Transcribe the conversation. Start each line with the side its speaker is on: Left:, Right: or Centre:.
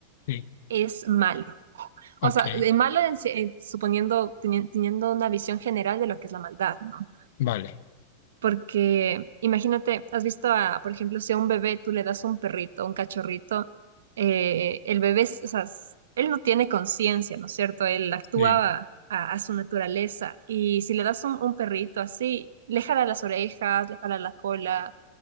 Left: Sí,
Right: es malo.
Left: ok,
Right: O sea, de malo en sí- eh, suponiendo, teni- teniendo una visión general de lo que es la maldad, ¿no?
Left: vale.
Right: Porque imagínate, has visto a, por ejemplo, si a un bebé tú le das un perrito, un cachorrito, eh, el bebé, es- o sea, s- él no tiene conciencia, ¿no es cierto? Él actúa
Left: sí.
Right: a, a su naturaleza. Y si le das un, un perrito así, le jala las orejas, le jala la cola,